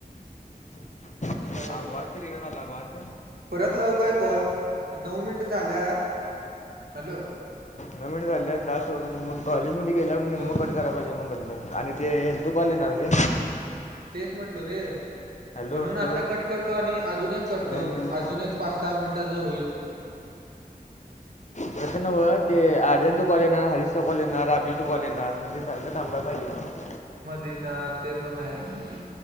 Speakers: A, on the right; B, on the left.
A: बरे
B: हा
A: काय वेळ
B: वाद तरी ना ना वाध
A: परत लावू काय कॉल? नऊ मिनटं झाल्या आहात. हॅलो
B: नऊ मिनट झाल्यात. दास मग कॉलेजमध्ये गेला मग
A: हॅलो
B: कट झाला पाहिजे मग बदम आणि ते ये <unintelligible> येणार ते
A: तेच म्हटलो रे.
B: हॅलो
A: म्हणून
B: हॅलो
A: आता कट करतो, आणि अजून एक करतो
B: नाही नाही
A: अजून एक. पाच सहा मिनिटाचं होईल.
B: तसं नव्ह ते
A: मग
B: आर्यनचं कॉल येणार, हरीशचचा कॉल येणार अभीचा कॉल येणार मग ते सारखं थांबाय पाहिजे मग.
A: मध्ये का ते पण आहेच.